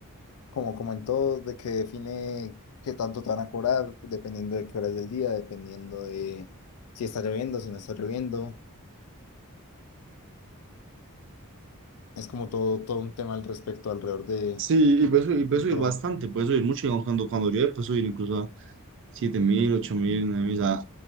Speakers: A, on the left; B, on the right.
A: como, como en todo, de que define qué tanto te van a cobrar, dependiendo de qué horas del día, dependiendo de si está lloviendo, si no está lloviendo. Es como todo, todo un tema al respecto, alrededor de,
B: Sí, y puede subir, y puede
A: de
B: subir
A: todo.
B: bastante, puede subir mucho, digamos, cuando, cuando llueve puede subir incluso a siete mil, ocho mil, nueve mil, o sea,